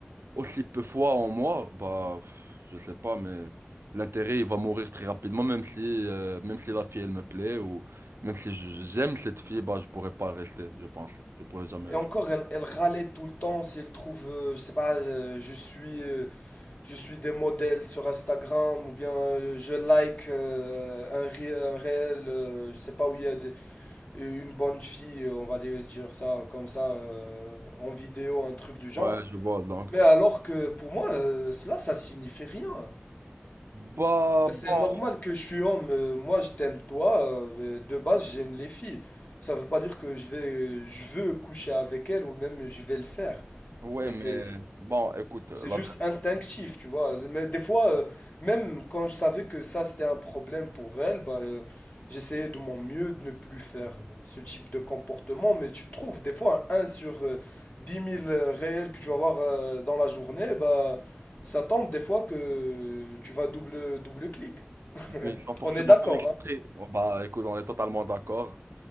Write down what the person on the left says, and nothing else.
Et
encore, elle, elle râlait tout le temps si elle trouve, euh, je sais pas, euh, je suis, euh, je suis des modèles sur Instagram ou bien euh, je like euh, un, ré- un réel, euh, je sais pas où il y a des- une bonne fille, euh, on va dire dire ça comme ça, euh, en vidéo, un truc du genre.
Mais alors que pour moi, euh, cela, ça signifie rien.
Bah,
C'est normal que je suis homme. euh, Moi, je t'aime toi. euh, De base, j'aime les filles. Ça veut pas dire que je vais, je veux coucher avec elles ou même je vais le faire.
Mais
c'est,
c'est juste instinctif, tu vois. Mais des fois, euh, même quand je savais que ça c'était un problème pour elles, bah, euh, j'essayais de mon mieux de ne plus faire ce type de comportement. Mais tu trouves des fois un 1 sur euh, 10 000 euh, réels que tu vas voir euh, dans la journée, bah, ça tombe des fois que tu vas double, double clic.
On est d'accord,
hein?